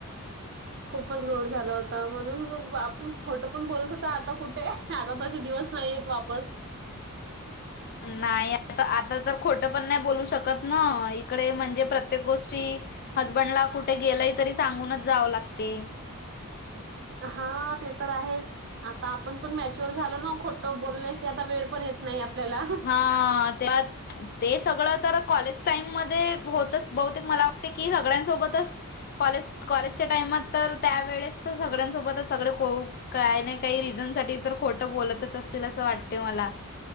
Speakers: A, on the right (about 50°); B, on the left (about 40°).
A: <inaudible> खूपच घोळ झाला होता म्हणून आपण खोटं पण बोलत होतो, आता कुठे? आता तसे दिवस नाही येत वापस.
B: नाही आता, आता तर खोटं पण नाही बोलू शकत ना, इकडे म्हणजे प्रत्येक गोष्टी हजबंड ला कुठ गेलंय? तरी सांगूनच जावे लागते.
A: हा, ते तर हायेच आता, आपण पण मॅच्युअर झालो ना, खोटं बोलण्याची आता वेळ पण येत नाही आपल्याला.
B: हा. <unintelligible> ते सगळं तर कॉलेज टाइम मध्ये होतच बहुतेक, मला वाटते की, सगळ्यांसोबतच कॉलेज कॉलेजच्या टाइमात तर, त्यावेेळेस तर सगळ्यांसोबतच सगळे कोळू काय नाही काही रिझन साठी तर, खोटं बोलतच असतील असं वाटतय मला.